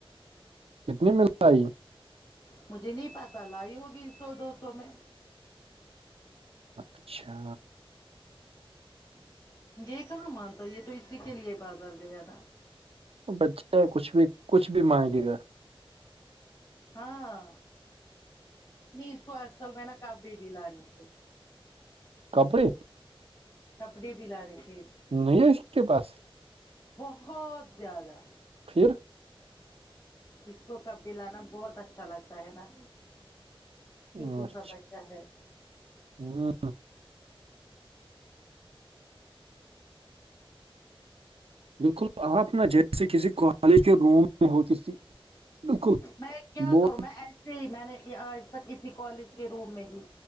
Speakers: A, on the right; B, on the left.
A: کتنی ملتاائی
B: مجھے نہیں پتا لائی ہوگی سو دو سو میں
A: اچھا
B: یہ کہاں مانتا ہے یہ تو اسی کے لیے بازار گیا نا
A: بچے کچھ بھی کچھ بھی مان گے گا
B: ہاں پلیز کو اصل میں نا کاپ دے بھی لانے پ
A: کپڑی
B: کپڑے بھی لا رہے تھھی
A: نہیں ہے اس کے باس
B: بہت زیادہ
A: پھر
B: اس کو کب بھیی لانا بہت اچھا لگتا ہے نا کیوںٹ
A: اچھا
B: سا بچہ ہے <inaudible>
A: ہوں بالکل آپنا ج جے کسی کالج کے روم میں ہو ک بالکل
B: میں کیا
A: ب
B: کروں میں ای جی میں نے آج تک اسی کالج کے روم میں کی